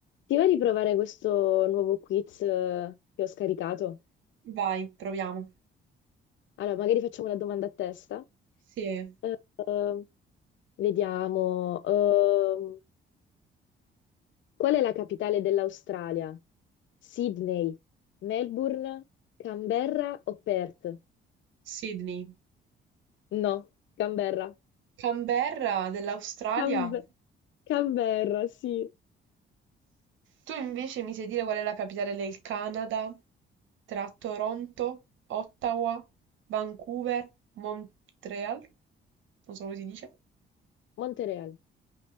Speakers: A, on the left; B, on the right.
A: Ti va di provare questo nuovo quiz eh, che ho scaricato?
B: Vai, proviamo.
A: Allora, magari facciamo la domanda a testa.
B: Sì,
A: Eh, eh, vediamo. Ehm, qual è la capitale dell'Australia? Sydney, Melbourne, Canberra o Perth?
B: Sydney.
A: No, Canberra.
B: Canberra dell'Australia.
A: Canbe- Canberra, sì.
B: Tu invece mi sai dire qual è la capitale del Canada? Tra Toronto, Ottawa, Vancouver, Montreal? Non so come si dice.
A: Montreal,